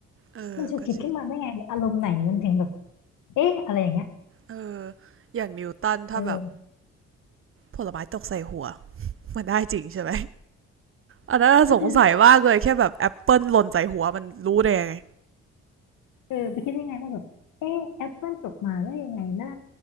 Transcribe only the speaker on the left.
มันฉุกคิดขึ้นมาได้ไงอารมณ์ไหนมันถึงแบบเอ๊ะอะไรอย่างเงี้ย
เออ
ก็คือเออไปคิดได้ไงว่าแบบเอ๊ะแอปเปิลตกมาได้ยังไงนะ